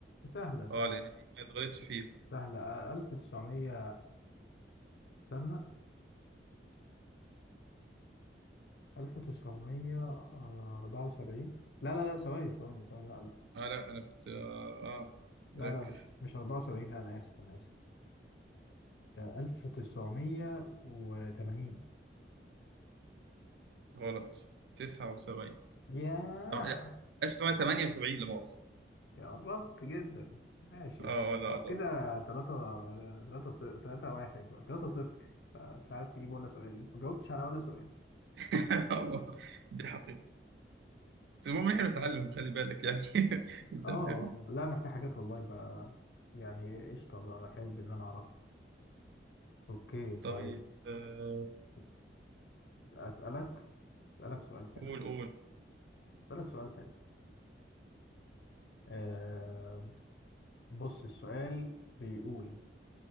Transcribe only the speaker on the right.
اه لان دي ما اتغلطش فيها
اه لا انا كنت اه, آه.
ركز
غلط 79
طب- لا، 1978 لا مؤاخذة
اه ولا
<laughs> دي حقيقة بس المهم إن احنا بنتعلم خلي بالك يعني <laughs>
انت
فاهم
طيب آه،
قول قول